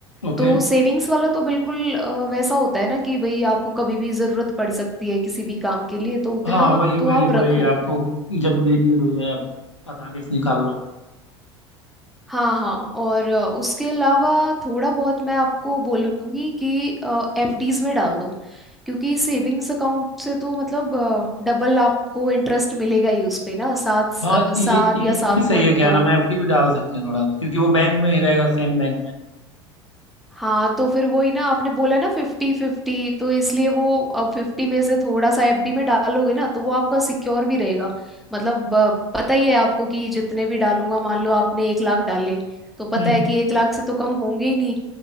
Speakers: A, on the left; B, in the centre.
A: ओके
B: तो सेविंग्स वाला तो बिल्कुल अ, वैसा होता है ना कि भाई आपको कभी भी जरूरत पड़ सकती है किसी भी काम के लिए तो उतना
A: हाँ वही वही
B: तो आप
A: वही
B: रखो
A: आपको जब भी नीड हो जाए आप आसानी से निकाल लो
B: हाँ हाँ और अ, उसके अलावा थोड़ा बहुत मैं आपको बोलूँगी कि एफडीज में डाल दो क्योंकि सेविंग्स अकाउंट से तो मतलब डबल आपको इंटरेस्ट मिलेगा ही उस पे ना सात स-
A: हाँ
B: अ, सात
A: ये ये
B: या सात
A: भी सही
B: पॉइंट
A: है क्या
B: दो
A: नाम है एफडी भी डाल सकते हैं थोड़ा सा क्योंकि वो बैंक में ही रहेगा सेम बैंक में
B: हाँ तो फिर वही ना आपने बोला ना फिफ्टी फिफ्टी तो इसलिए वो अब फिफ्टी में से थोड़ा सा एफडी में डालोगे ना तो वो आपका सिक्योर भी रहेगा मतलब अ, पता ही है आपको कि जितने भी डालूंगा मान लो आपने एक लाख डाले तो पता
A: हम्म
B: है कि एक लाख से तो कम होंगे ही नहीं